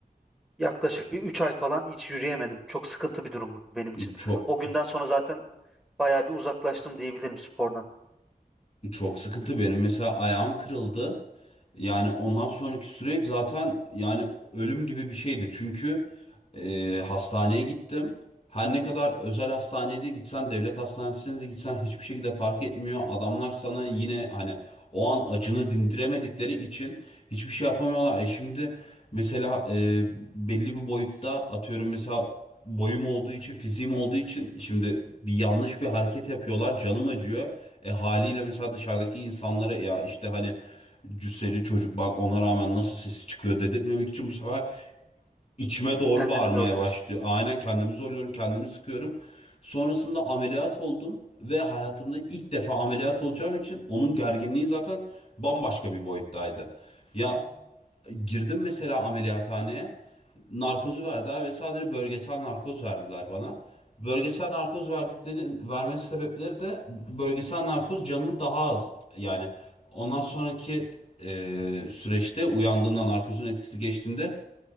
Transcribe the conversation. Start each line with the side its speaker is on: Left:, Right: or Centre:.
Centre: Yaklaşık bir 3 ay falan hiç yürüyemedim. Çok sıkıntı bir durumdu benim için.
Left: E, Çok
Centre: O günden sonra zaten bayağı bir uzaklaştım diyebilirim spordan.
Left: çok sıkıntı benim mesela ayağım kırıldı. Yani ondan sonraki süreç zaten yani ölüm gibi bir şeydi. Çünkü e, hastaneye gittim. Her ne kadar özel hastaneye de gitsen, devlet hastanesine de gitsen hiçbir şekilde fark etmiyor. Adamlar sana yine hani o an acını dindiremedikleri için hiçbir şey yapamıyorlar. E şimdi Mesela e, belli bir boyutta atıyorum mesela boyum olduğu için fiziğim olduğu için şimdi bir yanlış bir hareket yapıyorlar canım acıyor. E haliyle mesela dışarıdaki insanlara ya işte hani cüsseli çocuk bak ona rağmen nasıl sesi çıkıyor dedirtmemek için bu sefer içime doğru
Centre: Kendini
Left: bağırmaya
Centre: zorluyorsun.
Left: başlıyor. Aynen kendimi zorluyorum kendimi sıkıyorum. Sonrasında ameliyat oldum ve hayatımda ilk defa ameliyat olacağım için onun gerginliği zaten bambaşka bir boyuttaydı. Ya girdim mesela ameliyathaneye narkozu verdiler ve sadece bölgesel narkoz verdiler bana. Bölgesel narkoz verdikleri vermesi sebepleri de bölgesel narkoz canının daha az yani ondan sonraki e, süreçte uyandığında narkozun etkisi geçtiğinde